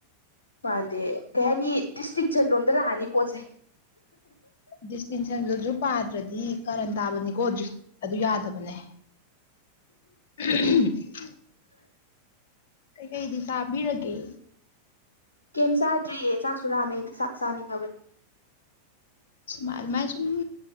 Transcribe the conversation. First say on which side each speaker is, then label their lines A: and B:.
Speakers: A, on the left (about 75°); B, on the left (about 55°).
A: ꯃꯥꯥꯟꯗꯦ ꯀꯩ ꯍꯥꯏꯅꯤ ꯗꯤꯁꯇꯤꯡꯁꯟ ꯂꯣꯝꯗ ꯂꯥꯛꯑꯅꯤ ꯄꯣꯠꯁꯦ
B: ꯗꯤꯁꯇꯤꯡꯁꯟꯗꯨꯁꯨ ꯄꯥꯗ꯭ꯔꯗꯤ ꯀꯔꯟ ꯇꯥꯕꯅꯤꯀꯣ ꯑꯗꯨ ꯌꯥꯗꯕꯅꯦ꯫ ꯑꯍꯝ <unintelligible> ꯀꯩꯀꯩꯗꯤ ꯆꯥꯕꯤꯔꯒꯦ꯫
A: ꯀꯩꯝ ꯆꯥꯗ꯭ꯔꯤꯌꯦ ꯆꯥꯛꯁꯨꯨ ꯂꯥꯝꯃꯦ ꯑꯩꯗꯤ ꯆꯥꯛ ꯆꯥꯅꯤꯡꯉꯕꯅꯤ꯫
B: ꯁꯨꯃꯥꯢ ꯑꯗꯨꯃꯥꯢ ꯁꯨꯝ꯫